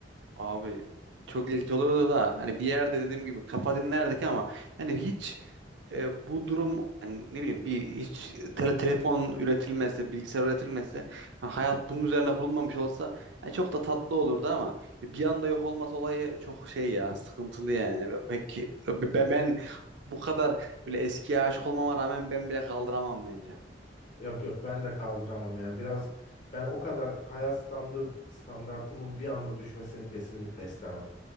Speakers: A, on the right; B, on the left.
A: Abi çok ilginç olurdu da hani bir yerde dediğim gibi kafa dinlerdik ama hani hiç e, bu durum hani ne bileyim bir hiç tele, telefon üretilmezse, bilgisayar üretilmezse, ha, hayat bunun üzerine kurulmamış olsa ya çok da tatlı olurdu ama bir anda yok olması olayı çok şey ya sıkıntılı yani. Peki ben, ben bu kadar bile eskiye aşık olmama rağmen ben bile kaldıramam bence.
B: Yok yok ben de kaldıramam yani. Biraz ben o kadar hayat standart standartımın bir anda düşmesini kesinlikle istemem.